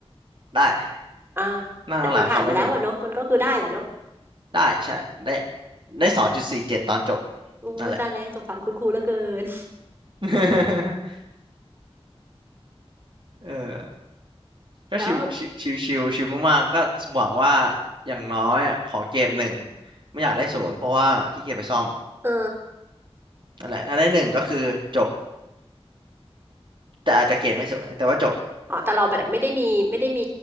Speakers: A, on the right; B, on the right.
A: ได้
B: <laughs> อ่า
A: นั่งข้างหลังเขาไม่ดู
B: แต่มันผ่านมาแล้วอะเนาะมันก็คือได้แหละเนาะ
A: ได้ใช่ได้ได้สองจุดสี่เจ็ดตอนจบ
B: อู้ยตายแล้วสงสารคุณครูเหลือเกิน
A: นั่นแหละ <laughs> เออ
B: <laughs>
A: ก็ชิวชิวชิวชิวชิวมากๆก็หวังว่า
B: แต่ว่า
A: อย่างน้อยอ่ะขอเกรดหนึ่งไม่อยากได้ศูนย์เพราะว่าขี้เกียจไปซ่อม
B: เออ
A: นั่นแหละถ้าได้หนึ่งก็คือจบแต่อาจจะเกรดไม่สวยแต่ว่าจบ
B: อ๋อแต่เราแบบไม่ได้มีไม่ได้มี